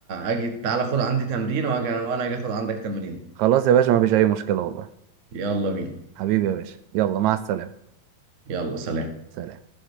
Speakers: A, on the right; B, on the right.
A: اجي تعالى خد عندي تمرين واجي وانا اجي اخد عندك تمرين
B: خلاص يا باشا ما فيش اي مشكله والله
A: يلا بينا
B: حبيبي يا باشا يلا مع السلامه
A: يلا سلام
B: سلام